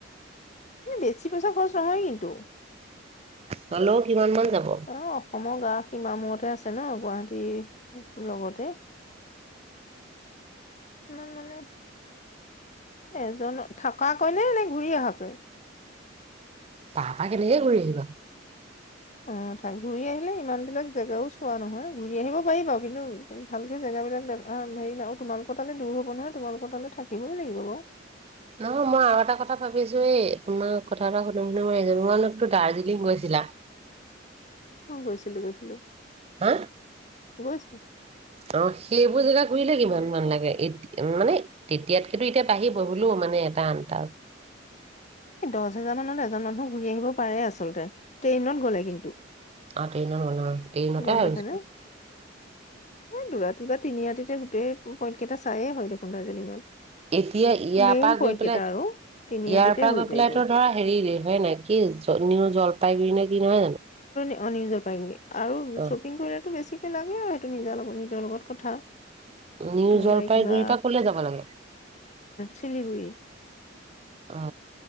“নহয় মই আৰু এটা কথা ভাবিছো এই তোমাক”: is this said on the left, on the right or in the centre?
Right